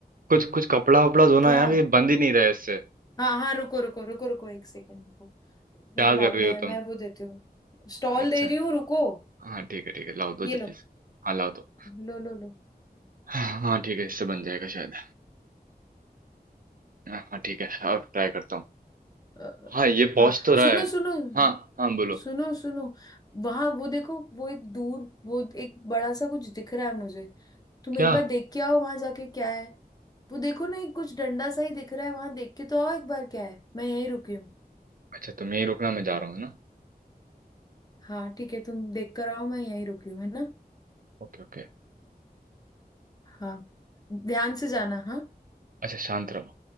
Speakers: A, on the right; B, on the left.
A: कुछ कुछ कपड़ा वपड़ा धोना
B: क्या
A: यार ये बंद ही नहीं रहा है इससे
B: हाँ हाँ रुको रुको रुको रुको एक सेकेंड रुको
A: क्या
B: मेरे बैग
A: कर रही
B: में
A: हो
B: है,
A: तुम
B: मैं वो देती हूँ स्टॉल
A: अच्छा
B: दे रही हूँ रुको
A: हाँ ठीक है ठीक है लाओ दो
B: ये
A: जल्दी
B: लो
A: से हाँ लाओ दो
B: लो लो लो
A: हाँ ठीक है इससे बन जाएगा शायद हाँ हाँ, ठीक है अब ट्राई करता हूँ
B: अ,
A: हाँ ये पहुँच
B: हाँ
A: तो रहा
B: सुनो
A: है
B: सुनो
A: हाँ हाँ बोलो
B: सुनो सुनो वहां वो देखो वो एक दूर वो एक बड़ा सा कुछ दिख रहा है मुझे तुम
A: क्या
B: एक बार देख के आओ वहां जाके क्या है वो देखो ना एक कुछ डंडा सा ही दिख रहा है वहां देख के तो आओ एक बार क्या है मैं यहीं रुकी हूँ
A: अच्छा तुम यहीं रुकना मैं जा रहा हूँ ना
B: हाँ ठीक है तुम देख कर आओ मैं यहीं रुकी हूँ है ना
A: Okay okay
B: हाँ ध्यान से जाना हाँ
A: अच्छा शांत रहो